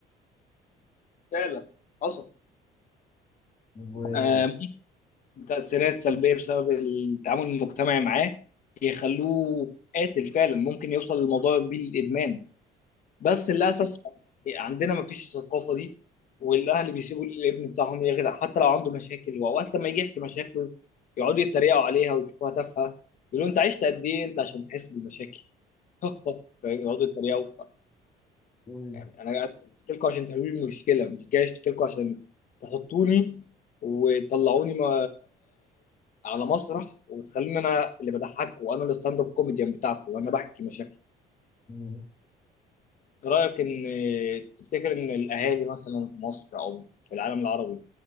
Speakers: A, on the left; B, on the left.
A: فعلا حصل
B: وبالظبط
A: آه تاثيرات سلبيه بسبب التعامل المجتمعي معاه يخلوه قاتل فعلا ممكن يوصل للموضوع بيه للادمان بس للاسف عندنا ما فيش الثقافه دي والاهل بيسيبوا الابن بتاعهم يغرق حتى لو عنده مشاكل واوقات لما يجي يحكي مشاكله يقعدوا يتريقوا عليها ويشوفوها تافهه يقولوا انت عشت قد ايه انت عشان تحس بالمشاكل <laughs> فاهم يقعدوا يتريقوا ف-
B: و-
A: يعني انا قاعد اشتكي لكم عشان تحلوا لي المشكله مش جاي اشتكي لكم عشان تحطوني وتطلعوني ما على مسرح وتخليني انا اللي بضحك وانا الستاند اب كوميديان بتاعكم وانا بحكي مشاكل
B: و-
A: رأيك إن تفتكر إن الأهالي مثلا في مصر أو في العالم العربي